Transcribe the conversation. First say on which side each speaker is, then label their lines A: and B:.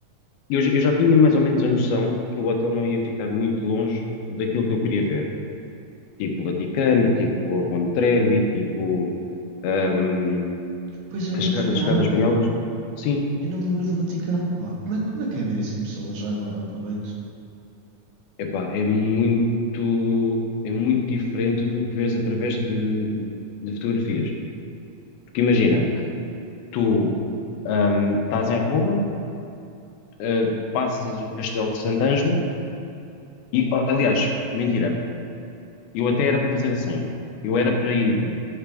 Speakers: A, on the left; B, on the right.
A: eu, j- eu já tinha mais ou menos a noção que o hotel não ia ficar muito longe daquilo que eu queria ver. Tipo o Vaticano, tipo a Fonte Trevi, tipo ahm,
B: Pois é,
A: as,
B: o
A: esca-
B: Vaticano.
A: as escadas espanholas. Sim,
B: Eu não me lembrei do Vaticano, pá. Como é, como é que é ver isso em pessoa já agora? Aproveito.
A: Epá, é muito, é muito diferente do que vês através de, de fotografias. Porque imagina, tu ahm, estás em Roma, ah, passas o Castelo de Sant'Angelo e, oh, aliás, mentira, eu até era para fazer assim. Eu era para ir